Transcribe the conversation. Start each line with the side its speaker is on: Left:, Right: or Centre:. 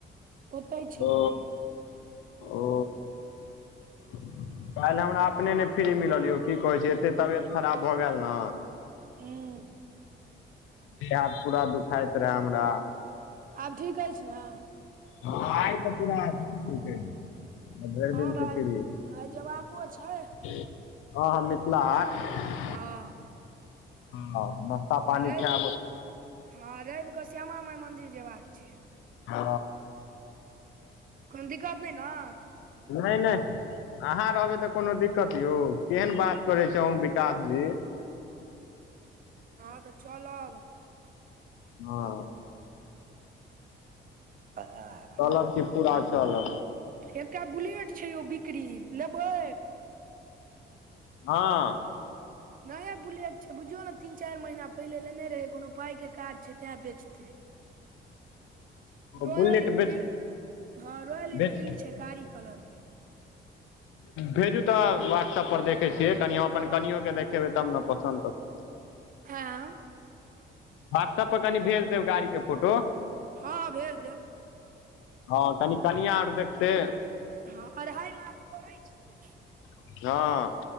Right: ओतहि छलियै
Left: ओ
Right: यए
Left: ओ। काल्हि हमरा अपने नहि फ्री मिलल यौ की कहैत छै एते तबियत खराब भऽ गेल ने,
Right: हूँ
Left: देह हाथ पूरा दुखाइत रहै हमरा,
Right: आब ठीक अछि ने?
Left: ह आज तो पूरा ठिक छै। आ भरि
Right: हँ
Left: दिन
Right: दाइ
Left: छी फिर
Right: आइ जेबाको छै
Left: हँ हँ मिथिला आट <unintelligible>
Right: हँ
Left: ह नाश्ता पानि
Right: आ रवि
Left: च,
Right: हँ रविकऽ श्यामा माइ मन्दिर जयबाक छै,
Left: हँ।
Right: कोन दिक्कत नै नऽ?
Left: नैय-नैय आहाँ रहबै तऽ कोनो दिक्कत यौ केहन बात करेै छी अहूँ विकास जी।
Right: हँ तऽ चलब
Left: हँ
Right: अ आआ
Left: कहलौ की पूरा चलब।
Right: एकटा बुलेट छै यौ बिक्री लेबै?
Left: हँ।
Right: नये बुलेट छै बुझियौ ने तीन चैर महीना पहिले लेने रहे कोनो पाय के काज छै तें बेचते। तै। रॉयल
Left: बुलेट
Right: इनफील्ड
Left: बेच
Right: हँ रॉयल इनफील्ड
Left: बेच
Right: छै कारी कलर के-
Left: भेजू तऽ व्हाट्सऐपर देखै छियै कनि हम अपन कनियो के देखेबै तब न पसंन्द करतै।
Right: हँअ
Left: व्हाट्सअप पर कनि भेज देब गाड़ी के फोटो।
Right: हँ हँ भेज देब
Left: हँ कनि आउर देखतेै।
Right: हँ अढ़ाई लाख कहै छै।
Left: हँ